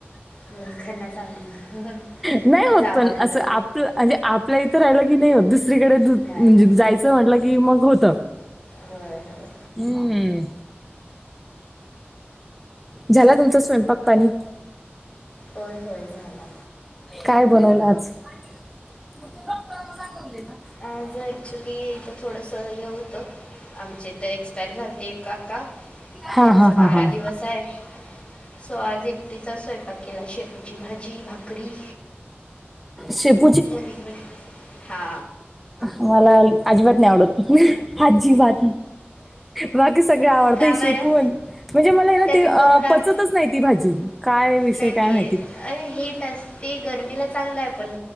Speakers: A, on the left; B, in the centre.
A: लोकांना सांगत
B: नाही होत
A: जावा
B: पण
A: म्हणून
B: असं आपलं म्हणजे आपल्या इथं राहिलं की नाही, दुसरीकडे म्हणजे
A: नाही होय
B: जायचं म्हटलं की मग होत.
A: होय होय.
B: हम्म, झाला तुमचा स्वयंपाक पाणी?
A: होय होय, झाला.
B: काय बनवलं आज? <unintelligible> दाखवलयं ना.
A: आज ऍक्च्युली इथं थोडस हे होतं. आमचे इथं एक्सपायर झालते, एक काका
B: हा
A: त्यांच
B: हा
A: बारा
B: हा हा.
A: दिवस आहे. सो आज एकटीचा स्वयंपाक केला, शेपूची भाजी, भाकरी
B: शेपू
A: म तिकडे हा.
B: मला अजिबात नाही, आवडत अजिबात. बाकी सगळे आवडतं,
A: का
B: हि शेपू
A: बरं
B: म्हणजे मला आहे ना
A: त्यात
B: ते
A: मूग डाळ
B: पचतच नाही ती भाजी. काय विषय
A: नाही
B: काय
A: ती
B: माहिती.
A: अ हीट असते गर्मीला चांगला आहे, पण